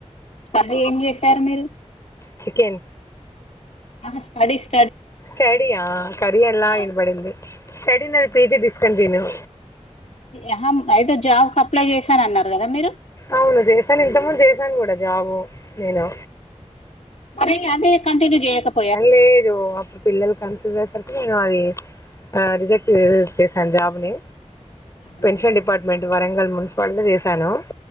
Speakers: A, on the left; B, on the left.
A: కర్రీ ఏం చేసారు మీరు?
B: చికెన్
A: ఆహ స్టడీస్
B: స్టడీ యా కర్రీ ఎలా
A: ఆహా
B: ఇనబడింది స్టడీ నాది పిజి డిస్కన్ట్యూ
A: ఆహ అయితే జాబ్ కి అప్లై చేశానన్నారు కదా మీరు?
B: అవును చేశాను ఇంత ముందు చేశాను కూడా జాబు నేను
A: మరే అదే కంటిన్యూ చేయ్యక ప్
B: కన్లేదు అప్పుడు పిల్లలు కన్సివ్ అయ్యే సరికి ఇగ అది ఆ రిజెక్ట్ చేశాను జాబుని
A: అవునా
B: పెన్షన్ డిపార్ట్మెంట్ వరంగల్ మున్సిపాలిటీ చేశాను